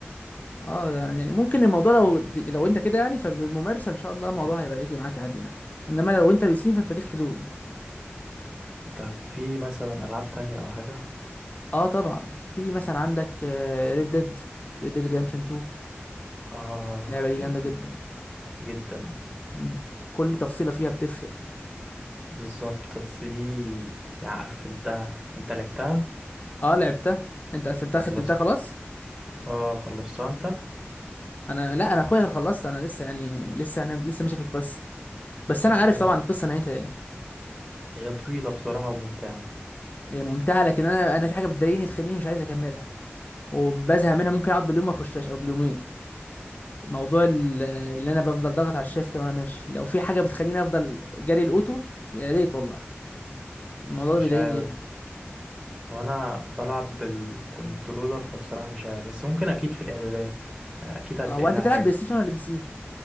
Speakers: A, on the left; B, on the right.
A: اه ده يعني ممكن الموضوع لو لو انت كده يعني فبالممارسة ان شاء الله الموضوع هيبقى يجي معاك عادي يعني انما لو انت بي سي فانت ليك حدود
B: طب في مثلا العاب تانية او حاجة
A: اه طبعا في مثلا عندك ريد ديد ريد ديد ريدمشن 2
B: اه
A: اللعبه دي
B: ريد
A: جامده جدا
B: جدا
A: مم. كل تفصيله فيها بتفرق
B: بالظبط بس دي يعني قفلتها انت لعبتها
A: اه لعبتها انت قفلتها
B: خلصت
A: ختمتها خلاص
B: اه خلصتها انت
A: انا لا انا اخويا خلصت انا لسه يعني لسه انا لسه ماشي في القصه بس
B: لا
A: انا عارف
B: هي
A: طبعا القصه نهايتها ايه
B: هي طويلة بصراحة وممتعة
A: هي ممتعه لكن انا انا في حاجه بتضايقني تخليني مش عايز اكملها وبزهق منها ممكن اقعد باليوم ما اخشهاش او باليومين موضوع ال- اللي انا بفضل ضاغط على الشيفت وانا ماشي لو في حاجه بتخليني افضل جري الاوتو يا ريت والله الموضوع
B: مش
A: ده بيضايقني
B: عارف
A: جدا
B: وانا بلعب بالكنترولر فبصراحة مش عارف بس ممكن اكيد في الاعدادات يعني اكيد هتلاقي
A: هو انت
B: لها
A: بتلعب
B: حاجة
A: بلاي ستيشن ولا بي سي